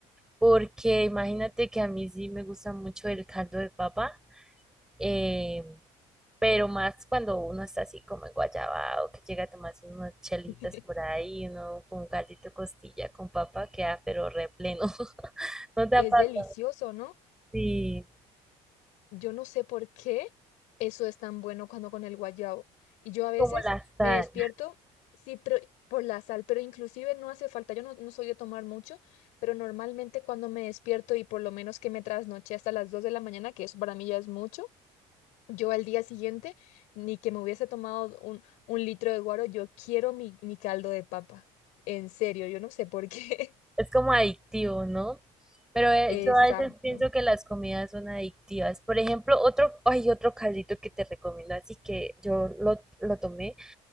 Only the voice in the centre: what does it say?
Porque imagínate que a mí sí me gusta mucho el caldo de papa, em, Pero más cuando uno está así como en Guayabao, que llega a tomarse unas chelitas
por ahí, uno con un gallito de costilla con papa, queda pero re pleno. <laughs> No te
aparta.
Sí,
como la sal.
Es como adictivo, ¿no? Pero
eh,
yo a veces pienso que las comidas son adictivas. Por ejemplo, otro, hay otro caldito que te recomiendo, así que yo lo, lo tomé